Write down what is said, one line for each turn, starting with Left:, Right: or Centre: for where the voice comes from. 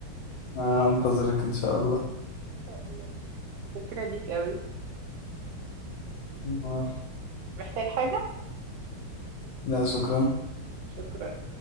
Left: آه، انتظرك ان شاء الله
Right: ان شاء الله شكرا ليك قوي
Left: آه،
Right: محتاج حاجه
Left: لا شكرا
Right: شكرا